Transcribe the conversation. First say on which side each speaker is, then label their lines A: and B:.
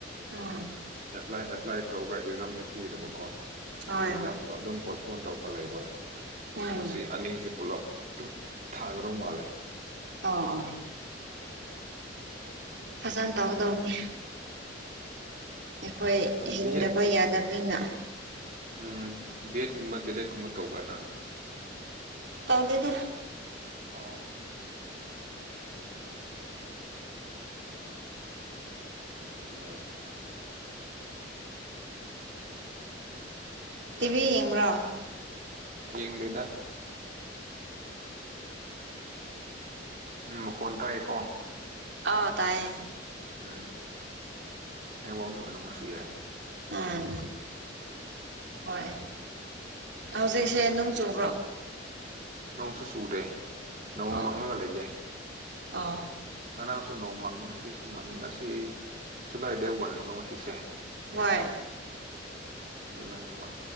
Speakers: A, on the right; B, on the right.
A: ꯎꯝ
B: ꯑꯦꯄ꯭ꯂꯥꯏ ꯑꯦꯄ꯭ꯂꯥꯏ ꯇꯧꯒ ꯑꯦꯛꯖꯥꯝꯗꯤ ꯄꯤꯔꯕꯀꯣ
A: ꯍꯣꯏ
B: ꯑꯦꯛꯖꯥꯝꯗꯣ ꯑꯗꯨꯝ ꯄꯣꯁꯄꯣꯟ ꯇꯧꯔꯒ ꯂꯩꯕ
A: ꯍꯣꯏ
B: ꯉ
A: ꯎꯝ
B: ꯑꯅꯤꯁꯤ ꯄꯨꯂꯞ ꯊꯥꯒꯗꯧ ꯃꯥꯜꯂꯦ
A: ꯦ ꯐꯖꯅ ꯇꯧꯗꯧꯅꯤ ꯑꯩꯈꯣꯏ ꯍꯤꯡꯗꯕ
B: ꯕꯤ ꯑꯦꯠ
A: ꯌꯥꯗꯕꯅꯤꯅ
B: ꯎꯝ ꯕꯦꯠꯀꯨꯝꯕ ꯗꯦꯂꯦꯠꯀꯨꯝꯕ ꯇꯧꯕ꯭ꯔꯥ ꯅꯪ
A: ꯇꯧꯗꯗ
B: ꯑꯥ ꯑꯦꯏ
A: ꯇꯤꯚꯤ ꯏ꯭ꯔꯣ
B: ꯌꯦꯡ ꯂꯩꯗ ꯎꯝ ꯃꯈꯣꯟ ꯇꯥꯛꯑꯦꯀꯣ
A: ꯑ ꯇꯥꯏꯌꯦ
B: ꯎꯝ ꯅ ꯋꯥꯡꯅ ꯑꯣꯏꯔꯝꯕꯁꯨ ꯌꯥꯏ
A: ꯎꯝ ꯍꯣꯏ ꯍꯧꯖꯤꯛꯁꯦ ꯅꯣꯡ ꯆꯨꯕ꯭ꯔꯣ
B: ꯅꯣꯡꯁꯨ ꯆꯨꯗꯦ ꯅꯣꯡ
A: ꯑꯣ
B: ꯃꯪꯉꯒ ꯂꯩꯌꯦꯦ
A: ꯑꯣ
B: ꯉꯔꯥꯡꯁꯨ ꯅꯣꯡ ꯃꯥꯡꯉꯤ ꯉꯁꯤꯁꯨ ꯃꯥꯡꯉꯤ ꯉꯁꯤ ꯖꯨꯂꯥꯏ ꯗꯦ ꯋꯥꯟꯅꯤꯀꯣ ꯉꯁꯤꯁꯦ
A: ꯍꯣꯏ
B: ꯖꯨꯂꯥꯏ ꯋꯥꯟ